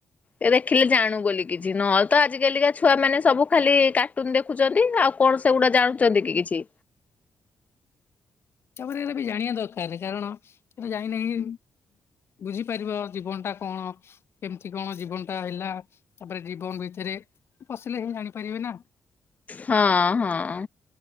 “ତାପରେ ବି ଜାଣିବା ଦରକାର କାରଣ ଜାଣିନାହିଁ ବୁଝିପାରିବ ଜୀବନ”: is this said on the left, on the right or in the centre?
Left